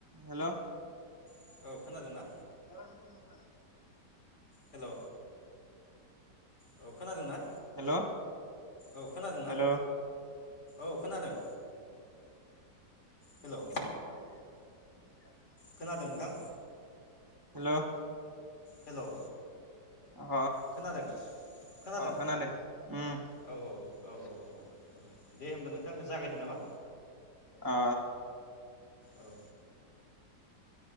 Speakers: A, on the right (about 15°); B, on the left (about 70°).
A: हेल'
B: औ खोनादोंना
A: बारा गोजान नामा
B: हेलौ औ खोनादोंना
A: हेल'
B: औ खोनादोंना
A: हेल'
B: औ खोनादों
A: <unintelligible>
B: हेलौ
A: <inaudible>
B: खोनादों नोंथां
A: हेल'
B: हेलौ
A: अ
B: खोनादों खोनादों
A: अ खोनादोंं उम
B: औ औ औ औ दे होमबा नोंथाङ जागायदो नामा
A: अ
B: औ